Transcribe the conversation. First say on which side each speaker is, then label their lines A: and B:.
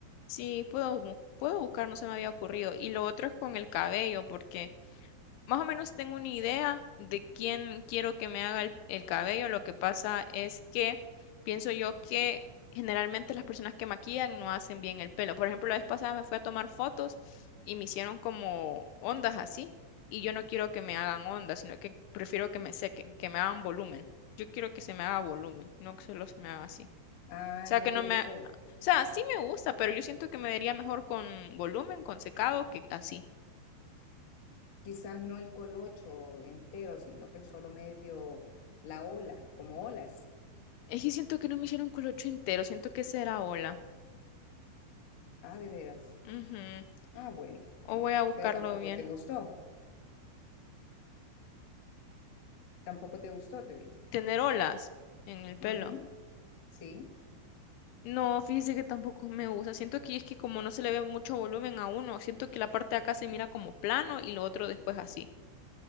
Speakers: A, on the left; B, on the left.
A: Sí, puedo, bu- puedo buscar, no se me había ocurrido. Y lo otro es con el cabello, porque más o menos tengo una idea de quién quiero que me haga el, el cabello. Lo que pasa es que pienso yo que generalmente las personas que maquillan no hacen bien el pelo. Por ejemplo, la vez pasada me fui a tomar fotos y me hicieron como ondas así. Y yo no quiero que me hagan ondas, sino que prefiero que me sequen, que me hagan volumen. Yo quiero que se me haga volumen, no que solo se me haga así
B: Ah,
A: sea,
B: no
A: que
B: te
A: no
B: gustó.
A: me... O sea, sí me gusta, pero yo siento que me vería mejor con volumen, con secado, que así.
B: Quizás no el colocho entero, sino que solo medio la ola, como olas.
A: Es que siento que no me hicieron colocho entero, siento que será ola.
B: Ah, de veras.
A: Ujú.
B: Ah, bueno.
A: O voy a buscarlo
B: Pero tampoco
A: bien.
B: te gustó. Tampoco te gustó, te digo.
A: Tener olas en el pelo.
B: Ujú, Sí.
A: No, fíjese que tampoco me gusta. Siento que es que como no se le ve mucho volumen a uno, siento que la parte de acá se mira como plano y lo otro después así.